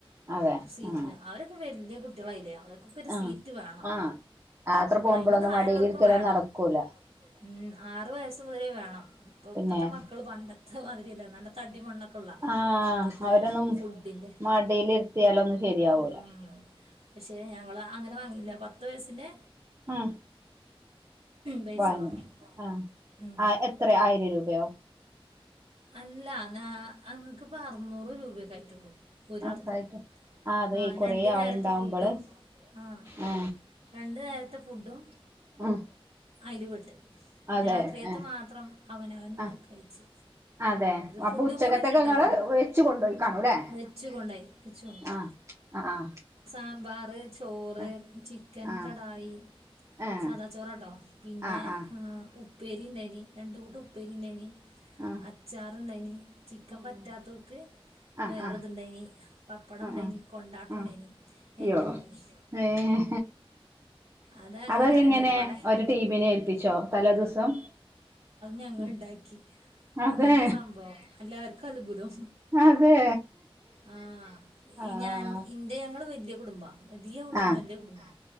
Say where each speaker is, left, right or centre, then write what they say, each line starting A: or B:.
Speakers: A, on the right; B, on the right.
A: അതെ
B: സീറ്റിന്
A: ആ
B: അവരൊക്കെ വ എന്റെ കുട്ടികളായിരുന്നോ അവർക്ക് ഒരു
A: ആ
B: സീറ്റ് വേണം
A: ആ യാത്ര പോകുമ്പോഴൊന്നും
B: ആയിൻ താഴെയുള്ളവർക്കും
A: മടിയിലിരിക്കലൊന്നും
B: വേണം
A: നടക്കൂല
B: ഉം ആറു വയസ്സ് മുതലേ വേണം ഈ
A: പിന്നെ
B: ക്കൾ പണ്ടത്തെ മാതിരിയല്ല നല്ല തടിമണ്ണൊക്കെള്ള
A: ആ
B: ഇപ്പത്തെ
A: അവരൊന്നും
B: ഫുഡഡിന്റെ
A: മടിയിലിരുത്തിയാലൊന്നും ശരിയാവൂല
B: ഉം പക്ഷെ ഞങ്ങള് അങ്ങനെ വാങ്ങില്ല പത്ത് വയസിന്റെ
A: ഹ
B: പൈസ
A: വാങ്ങു
B: വാങ്ങി
A: ആഹ്
B: ഉം.
A: ആ എത്ര ആയിരം രൂപയോ
B: അല്ല ന്ന അങ്ങക്ക്പ്പ അറുന്നൂറ് രൂപയക്ക ആയിട്ടുള്ളു ഒരാൾക്ക്
A: അത്രായിട്ട് ആ അതെ
B: ആഹ്
A: കൊറേ
B: രണ്ടു നേരത്തെ
A: ആളുണ്ടാവുമ്പോള്
B: ഫുഡും ആഹ്
A: ആ
B: രണ്ടു നേരത്തെ ഫുഡും
A: ഉം
B: അയിൽപെട്ട്
A: അതെ
B: രാത്രിയത്ത്
A: ആ
B: മാത്രം അവനവന്
A: ആ
B: കഴിച്ചു
A: അതെ അപ്പൊ
B: ഫുഡ്
A: ഉച്ചക്കത്തൊക്കെ
B: കൂടി ഉണ്ട്
A: നിങ്ങള്
B: ട്ടോ
A: വെച്ച് കൊണ്ടോയി കാണൂല്ലേ
B: വെച്ചു കൊണ്ടോയി
A: ആ ആ
B: സാമ്പാറ് തോറ്
A: ആഹ്
B: ചിക്കൻ
A: ആഹ്
B: കടായി
A: ഏഹ്
B: സാദാ ചോറാട്ടോ പിന്നെ
A: ആഹ് ആഹ്
B: ആ ഉപ്പേരി ണ്ടായിരുന്നീരണ്ടുകൂട്ട ഉപ്പേരി ണ്ടായിരുന്നീ
A: ആഹ്
B: അച്ചാറുണ്ടാനി ചിക്കൻ
A: ഉം
B: പറ്റാത്തോർക്ക്
A: ആഹ്
B: വേറെതുണ്ടായിനി
A: ആഹ്
B: പപ്പടം
A: ആഹ്
B: ഉണ്ടായിനി
A: ആഹ്
B: കൊണ്ടാട്ടം ഉണ്ടായിനി
A: ആഹ്
B: എല്ലാം
A: യ്യോ
B: ഉണ്ടായിനി
A: ഏഹ്
B: അത അങ്ങനെ
A: അതൊക്കെ എങ്ങനെ
B: അല്ലഅത്
A: ഒരു ടീമിനെ ഏൽപ്പിച്ചോ തലേ ദിവസം
B: ഞങ്ങ
A: ഉം
B: ഇണ്ടാക്കി
A: അതെ
B: അതന്നെയ സംഭവം എല്ലാർക്കും അത്ഭുതം
A: അതെ
B: ആ
A: ആഹ്
B: ഈ ഞാൻ ഇന്റെ ങ്ങള് വി ൻ്റെകുടുംബ വലിയ കുടുംബാണ്
A: ആഹ്
B: വലിയ കുടുംബം